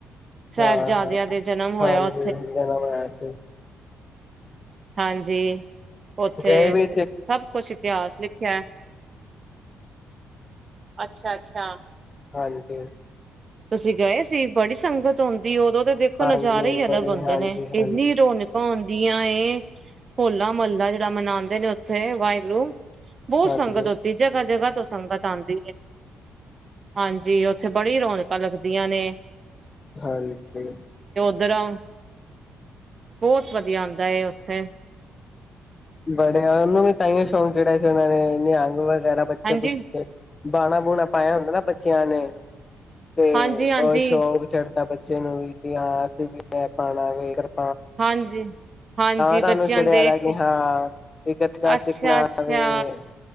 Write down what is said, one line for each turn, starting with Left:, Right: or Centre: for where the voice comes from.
Right: ਸਾਹਿਬਜ਼ਾਦਿਆਂ
Left: ਹਾਂ ਹਾਂ
Right: ਦੇ ਜਨਮ ਹੋਇਆ
Left: ਹਾਂਜੀ
Right: ਓ
Left: ਜਨਮ ਹੋਇਆ ਸੀ। <inaudible>
Right: ਹਾਂਜੀ। ਉੱਥੇ
Left: ਗਏ ਵੀ।
Right: ਸਭ ਕੁਛ ਇਤਿਹਾਸ ਲਿਖਿਆ ਅੱਛਾ, ਅੱਛਾ।
Left: ਹਾਂਜੀ।
Right: ਤੁਸੀਂ ਗਏ ਸੀ ਬੜੀ ਸੰਗਤ ਆਉਂਦੀ ਉਦੋਂ ਦੇ ਦੇਖੋ
Left: ਹਾਂਜੀ
Right: ਨਜ਼ਾਰੇ ਈ ਅਲੱਗ
Left: ਬੜੀ
Right: ਹੁੰਦੇ
Left: ਹਾਂਜੀ
Right: ਨੇ,
Left: ਹਾਂਜੀ
Right: ਇੰਨੀ ਰੌਨਕਾਂ ਹੁੰਦ ਜੀ ਆਂ ਇਹ ਹੋਲਾ-ਮਹੱਲਾ ਜਿਹੜਾ ਮਨਾਉਂਦੇ ਨੇ, ਉੱਥੇ ਵਾਹਿਗੁਰੂ। ਬਹੁਤ
Left: ਹਾਂਜੀ
Right: ਸੰਗਤ ਹੋਤੀ ਜਗਾ-ਜਗਾ ਤੋਂ ਸੰਗਤ ਆਂਦ ਹਾਂਜੀ ਉੱਥੇ ਬੜੀ ਰੌਣਕਾਂ ਲੱਗਦੀਆਂ ਨੇ।
Left: ਹਾਂਜੀ।
Right: ਉਦਰੋਂ ਬਹੁਤ ਵਧੀਆ ਹੁੰਦਾ ਏ ਉੱਥੇ।
Left: ਬੜੇ ਉਹਨੂੰ ਵੀ ਤਾਹੀਓ ਸ਼ੌਂਕ ਚੜਿਆ ਸੀ, ਉਹਨਾਂ ਨੇ ਨਿਹੰਗ ਵਰ ਵਗੈਰਾ ਬੱਚੇ
Right: ਹਾਂਜੀ
Left: ਬੁਚੇ ਬਾਣਾ- ਬੂਣਾ ਪਾਇਆ ਹੁੰਦਾ ਏ ਨਾ ਬੱਚਿਆਂ ਨੇ। ਤੇ
Right: ਹਾਂਜੀ
Left: ਅ
Right: ਹਾਂਜੀ
Left: ਸ਼ੌਕ ਚੜ ਬੱਚਿਆ ਨੂੰ ਵੀ ਕਿ ਹਾਂ ਅਸੀਂ ਵੀ ਏ ਪਾਂਣਾ ਵੇ ਕਰਪ
Right: ਹਾਂਜੀ- ਹਾਂਜੀ
Left: ਤੁਹਾਨੂੰ
Right: ਬੱਚਿਆਂ
Left: ਚੜਿਆ
Right: ਨੂੰ ਦੇਖ
Left: ਦਾ ਕੀ
Right: ਕੇ
Left: ਹਾਂ ਗਤਕਾ
Right: ਅੱਛਾ
Left: ਸਿੱਖਣਾ
Right: ਅੱਛਾ
Left: ਵੈ